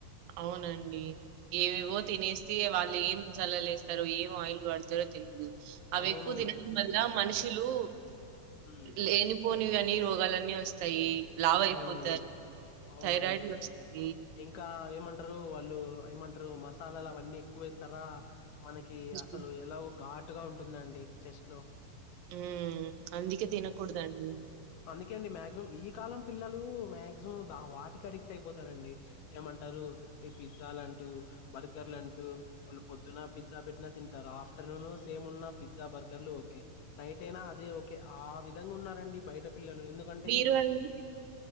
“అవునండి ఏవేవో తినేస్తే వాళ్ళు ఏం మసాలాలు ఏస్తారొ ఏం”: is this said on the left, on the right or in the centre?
Right